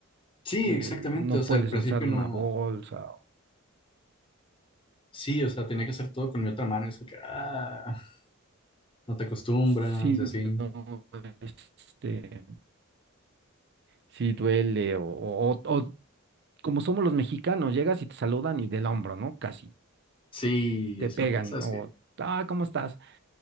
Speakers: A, on the left (about 25°); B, on the right (about 50°).
A: sí,
B: que
A: exactamente,
B: no
A: o sea,
B: puedes
A: al principio
B: alzar una
A: no,
B: bolsa,
A: sí, o sea, tenía que hacer todo con mi otra mano, es como que, ah, no te acostumbras
B: si
A: y así.
B: no, este, si duele, o, o- o como somos los mexicanos, llegas y te saludan y del hombro, ¿no? Casi
A: Sí,
B: te
A: es
B: pegan,
A: como que, ¿sabes
B: o,
A: qué?
B: ah, ¿cómo estás?